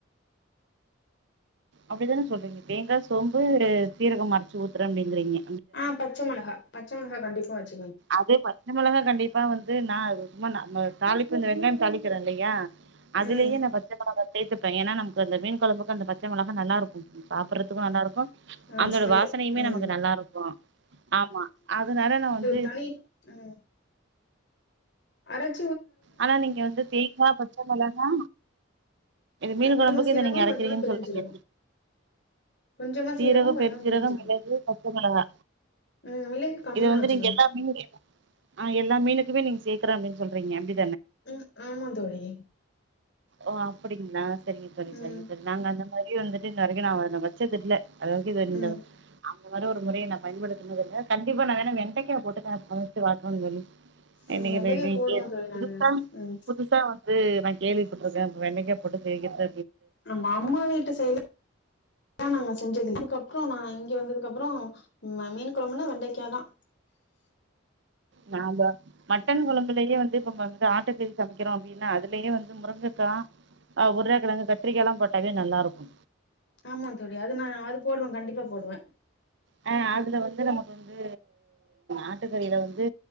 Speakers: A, on the right; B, on the left.
A: அப்டிதானே சொல்றீங்க தேங்கா சோம்பு சீரகம் அறைச்சு ஊத்துறே அப்டிங்கறீங்க
B: ஆ பச்ச மொளகா பச்சை மொளகா கண்டிப்பா வச்சு
A: அது பச்ச மொளகா கண்டிப்பா வந்து நா சும்மா நா நம்ம தாளிப்பு இந்த வெங்காயம் தாளிக்கிற இல்லையா அதுலயே
B: ம்
A: ந பச்ச மொளகா சேத்துப்பே ஏன்னா நமக்கு அந்த மீன் கொழம்புக்கு அந்த பச்ச மெளகா நல்லாருக்கு சாப்பறதுக்கு நல்லாருக்கு
B: ஆமா
A: அந்தோட
B: ஸ்மெல்லு
A: வாசனையுமே
B: ம்
A: நமக்கு நல்லா இருக்கு ஆமா அதனால நா வந்
B: தாலி ம் அரஞ்
A: ஆனா நீங்க வந்து தேங்கா பச்ச மொளகா மீன்
B: கொஞ்சமா
A: கொழம்புக்கு
B: சீரகோ
A: இத நீங்க அரக்றீங்கன்னு
B: கொஞ்சமா பெருஞ்சீரகோ
A: சொல்றீங்க
B: கொஞ்சமா
A: சீரகோ
B: கொஞ்சமா
A: பெருஞ் சீரகோ
B: பெருஞ்சீரகோ
A: மிளகு பச்ச மெளகா
B: ம் மிளகு கம்மியா
A: இத வந்து
B: வச்சுக்கணு
A: நீங்க எல்லாமியு ஆ எல்ல மீனுக்குமே நீங்க சேக்ற அப்டினு சொல்றீங்க அப்டி
B: ம் ஆமா தோழி
A: ஓ அப்டிங்ளா சரிங்க தோழி
B: ம்
A: சரிங்க தோழி நாங்க அந்த மாரியே வந்துட்டு இன்ன வரக்கு நா அத வச்சதுல்ல அது வரைக்கு இது
B: ம்
A: இந்த ந்த மாரி ஒரு முறைய நா பயன்படுத்துனதுல்ல கண்டிப்பா நா வேன்னா வெங்கா போட்டு வதக்கனு தோழி
B: ம்
A: இன்னைக்கு
B: வெண்டைக்கா
A: <unintelligible>
B: போடுவோ தோழி நாங்க
A: புதுசா
B: ம்
A: புதுசா வந்து நா கேள்விப்பட்டுருக்கே வெண்டைக்கா போட்டு செய்றத
B: அம்ம அம்மா வீட்டு சய்ட்ல நாங்க செஞ்சதுல்ல அதுக்கப்றோ நா இங்க வந்ததுக்கப்றோ ம மீன் கொழம்புனா வெண்டைக்காய் தா <inaudible>
A: நாம்ப மட்டன் கொழம்புலயே வந்து இப்போ வந்து ஆட்டுக்கறி சமைக்கிறோ அப்டின்னா அதுலயே வந்து முருங்கக்கா அ உருளகெழங்கு கத்ரிக்கால்லா போட்டாவே நல்லாருக்கு
B: ஆமா தோழி அது நா அது போடுவே கண்டிப்பா போடுவே
A: ஹ அதுல வந்து நமக்கு வந்து ஆட்டுக்கறியில வந்து